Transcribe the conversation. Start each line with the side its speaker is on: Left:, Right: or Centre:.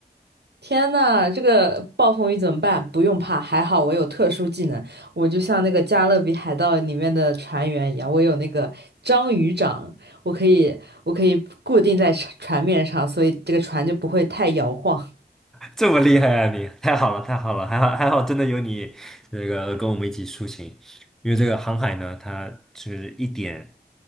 Right: 天呐，这个暴风雨怎么办？不用怕，还好我有特殊技能，我就像那个《加勒比海盗》里面的船员一样，我有那个章鱼掌，我可以，我可以固定在船船面上，所以这个船就不会太摇晃。
Centre: 这么厉害啊你！太好了，太好了，还好还好，真的有你这个跟我们一起出行，因为这个航海呢，它就是一点